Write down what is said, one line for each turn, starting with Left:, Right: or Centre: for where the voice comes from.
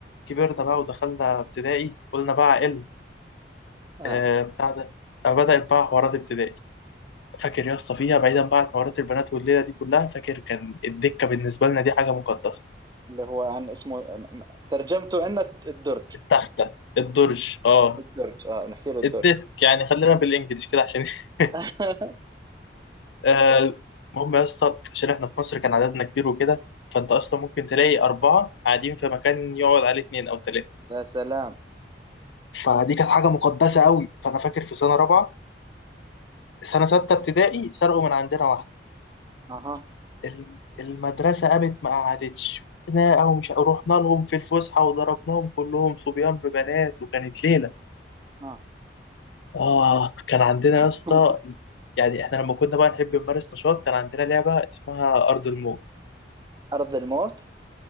Left: كبرنا بقى ودخلنا ابتدائي قلنا بقى ال
Right: آه.
Left: آه بتاع ده آه بدأت بقى حوارات ابتدائي فاكر يا اسطى فيها بعيدا بقى عن حوارات البنات والليله دي كلها فاكر كان الدكه بالنسبه لنا دي حاجه مقدسه
Right: اللي هو عن اسمه م- م- ترجمته عندنا الدرج
Left: التخته الدرج اه
Right: الدرج اه نحكي له الدرج
Left: الديسك يعني خلينا بالانجلش كده عشان <laughs>
Right: <laughs>
Left: آه، المهم يا اسطى عشان احنا في مصر كان عددنا كبير وكده فانت اصلا ممكن تلاقي اربعه قاعدين في مكان يقعد عليه اتنين او تلاته
Right: يا سلام
Left: فدي كانت حاجه مقدسه قوي فانا فاكر في سنه رابعه سنه سته ابتدائي سرقوا من عندنا واحده
Right: اها
Left: الم- المدرسه قامت ما قعدتش نا او مش رحنا لهم في الفسحه وضربناهم كلهم صبيان ببنات وكانت ليله
Right: اه
Left: اه كان عندنا يا
Right: <laughs>
Left: اسطى يعني احنا لما كنا بقى نحب نمارس نشاط كان عندنا لعبه اسمها ارض الموت
Right: ارض الموت